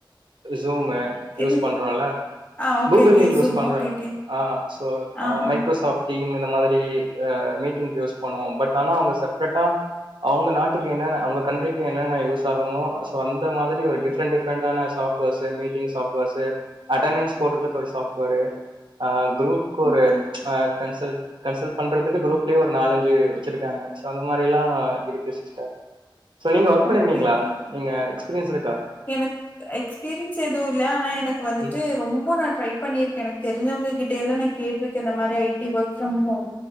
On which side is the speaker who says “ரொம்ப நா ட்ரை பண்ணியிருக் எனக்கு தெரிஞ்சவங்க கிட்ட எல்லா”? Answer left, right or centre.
Left